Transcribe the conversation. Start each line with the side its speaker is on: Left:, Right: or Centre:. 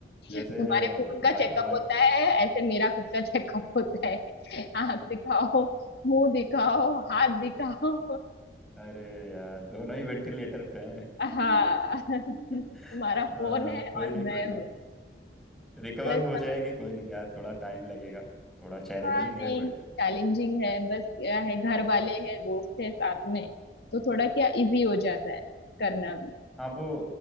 Centre: जैसे
Left: तुम्हारे फोन का
Centre: वायर
Left: चेकअप
Centre: वायर
Left: होता है ऐसे मेरा खुद का चेकअप होता है आंख दिखाओ मुंह दिखाओ हाथ दिखाओ
Centre: अरे यार दोनों ही वेंटिलेटर पे हैं
Left: हाँ
Centre: <laughs>
Left: तुम्हारा
Centre: अ,
Left: फोन है
Centre: कोई
Left: और
Centre: नहीं
Left: मैं
Centre: कोई नहीं
Left: हूँ
Centre: रिकवर
Left: बस
Centre: हो जाएंगे कोई नहीं यार थोड़ा टाइम लगेगा थोड़ा चैलेंजिंग
Left: हाँ नहीं
Centre: है बट
Left: चैलेंजिंग है बस क्या है घर वाले हैं दोस्त है साथ में तो थोड़ा क्या इजी हो जाता है करना भी
Centre: हाँ वो